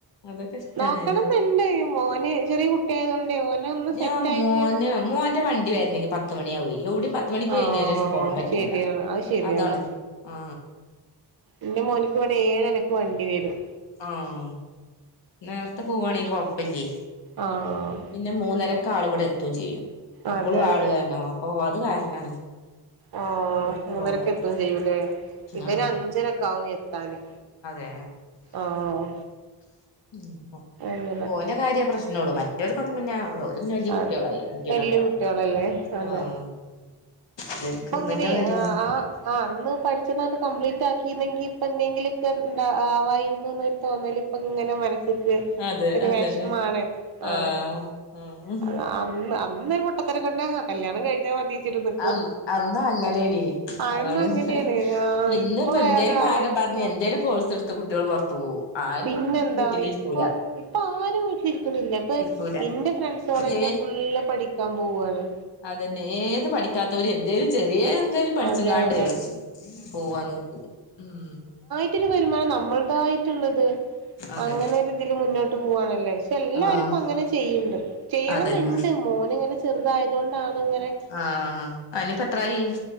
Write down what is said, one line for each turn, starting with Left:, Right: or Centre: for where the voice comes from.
Left: അതൊക്കെ ഇഷ്ടാണ്
Right: നോക്കണംന്നുണ്ട് ഓന് ചെറിയ കുട്ടിയ ആയതൊണ്ട് ഓന ഒന്ന്
Left: ഞാൻ
Right: സെറ്റ് ആയിട്ട്
Left: മോന് മോന്റെ വണ്ടി വരുണെങ്കി പത്ത് മണിയാവൂ എവിടയും പത്ത് പത്ത് മണിക്ക്
Right: ആഹ്
Left: കഴിഞ്ഞന് ശേഷം പോവാൻ പറ്റൂല
Right: ശരിയാണ് അത് ശരിയാണ്
Left: അതാണ് ആ
Right: എന്റെ മോനക്ക് ഇവിടെ ഏഴരക്ക് വണ്ടി വരും
Left: ആഹ് നേരത്തെ പോവാണങ്കി കൊഴപ്പില്ലേ
Right: ആഹ്
Left: പിന്നെ മൂന്നരക്കെ ആൾ ഇവിടെ എത്തയും ചെയ്യും അപ്പളും
Right: അതെ
Left: ആൾ
Right: അതെ
Left: വേണം അപ്പൊ അത് കാരണാണ്
Right: ആ
Left: എവിട്ക്കും
Right: മൂന്നരക്ക്
Left: പോവാത്തത്
Right: എത്തോം ചെയ്യൂലേ ഇവന്
Left: ആഹ്
Right: അഞ്ചരക്കെ ആവും എത്താന്
Left: ആ
Right: ആഹ്
Left: ഉം
Right: അങ്ങനെ
Left: ഓന്റെ കാര്യേ പ്രശ്നമേള്ളൂ മറ്റവർക്കൊന്നും പിന്നെ പിന്നെ വല്യ
Right: ആ
Left: കുട്ടികളായി മറ്റോര്
Right: വല്യ
Left: രണ്ടാളും
Right: കുട്ടികളല്ലേ അതെ
Left: ആഹ് ഇവർക്ക്
Right: ഇപ്പൊ
Left: ഇവന്റെ
Right: ഇങ്ങനെ
Left: കാര്യാണ്
Right: ആ ആ ആ അന്ന് പഠിച്ചതങ്ങട്ട് കംപ്ലീറ്റ് ആക്കിന്നെങ്കി ഇപ്പൊ എന്തെങ്കിലുംക്കൊന്താ ആവാരുന്നു ന്ന് ന്നൊരു തോന്നല് ഇപ്പ ഇങ്ങനെ മനസ്സിക്ക്
Left: അതെ
Right: ഒരു
Left: അതന്നെ
Right: വെഷമാണ് ആ
Left: ആഹ് ആഹ്
Right: അ അന്ന് അന്നരു പൊട്ടത്തരകൊണ്ടാ കല്യാണം കഴഞ്ഞാൽ മതിച്ചിട്ട് നി
Left: അ അന്ന് അങ്ങനാണെ
Right: അന്ന്
Left: അതാണ്
Right: അങ്ങനെയാണ് ആ
Left: ഇന്നിപ്പ
Right: ഇപ്പൊ
Left: എന്തേലും
Right: അത് ആലോചിക്കുമ്പോ
Left: കാരണം പറഞ്ഞു എന്തേ ലും കോഴ്സ്ടുത്ത് കുട്ടികൾ പൊറത്ത് പോകും ആരും
Right: പിന്നെന്താ
Left: വീട്ടിലിരിക്കൂല
Right: ഇപ്പൊ ഇപ്പൊ ആരും വീട്ടിലിരിക്കണില്ല ഇപ്പ
Left: ഇരിക്കൂല
Right: എന്റെ ഫ്രണ്ട്സ്കളന്നെ
Left: ഏ
Right: ഫുള്ള് പഠിക്കാൻ പോവാണ്
Left: അതന്നെ ഏത് പഠിക്കാത്തവര് എന്തേലും ചെറിയ എന്തായാലും പഠിച്ചുങ്ങണ്ടേ
Right: അതെ അതെ
Left: പോവാ നോക്കൂ ഉം
Right: ഇത്തിരി വരുമാനം നമ്മളതായിട്ടുള്ളത്
Left: അതെ
Right: അങ്ങനെരിതില് മുന്നോട്ട് പോവവാണല്ലേ പക്ഷെ എല്ലാരുപ്പം
Left: ആഹ്
Right: അങ്ങനെ ചെയ്യൂണ്ട്. ചെയ്യണംന്നുണ്ട്
Left: അതന്നെ
Right: മോന് ഇങ്ങനെ ചെറുതായതുകൊണ്ടാണ് ഇങ്ങനെ
Left: ആഹ് അയിനിപ്പെത്രായി